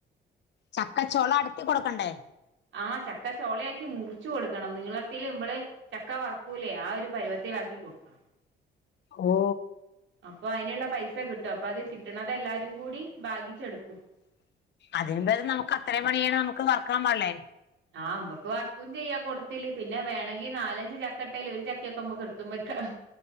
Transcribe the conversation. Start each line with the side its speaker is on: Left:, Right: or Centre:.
Left: ചക്കച്ചൊള അടർത്തി കൊടുക്കണ്ടേ
Right: ആഹ് ചക്കച്ചൊളയാക്കി മുറിച്ചു കൊടുക്കണം നീളത്തില് ഞമ്മള് ചക്ക വർക്കൂലെ ആ ഒരു പരുവത്തിലാക്കി കൊടുക്കണം
Left: ഓ
Right: അപ്പൊ അതിനുള്ള പൈസ കിട്ടും അപ്പൊ അത് കിട്ടുന്നത് എല്ലാരും കൂടി ബാഗിച്ചെടുക്കും
Left: അതെന്തായാലും നമുക്ക് അത്രയും പണി ചെയ്യണത് നമുക്ക് വർക്കണന്നല്ലേ
Right: ആഹ് അമ്മക്ക് വർക്കും ചെയ്യാ കൊടുത്തില് പിന്നെ വേണങ്കി നാലഞ്ച് ചക്കട്ടേൽ ഒരു ചക്കൊക്കെ അമ്മക്ക് എടുത്തും വെക്കാം